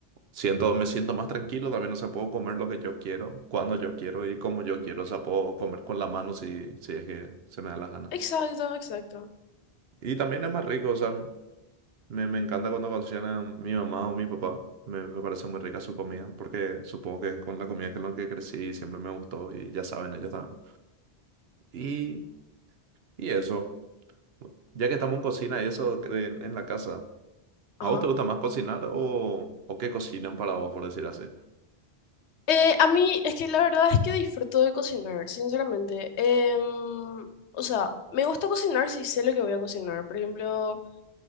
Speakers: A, on the right; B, on the left.
A: Siento, me siento más tranquilo también, o sea, puedo comer lo que yo quiero, cuando yo quiero y como yo quiero, o sea, puedo comer con la mano si, si es que se me da la gana.
B: Exacto, exacto.
A: Y también es más rico, o sea, Me, me encanta cuando cocina mi mamá o mi papá. Me, me parece muy rica su comida, porque supongo que es con la comida que es lo que crecí, y siempre me gustó y ya saben, ellos también. Y, y eso, ya que estamos en cocina y eso en, en la casa, ¿a
B: ajá
A: vos te gusta más cocinar o, o qué cocinan para vos, por decir así?
B: Eh, a mí es que la verdad es que disfruto de cocinar, sinceramente. Em, o sea, me gusta cocinar si sé lo que voy a cocinar. Por ejemplo,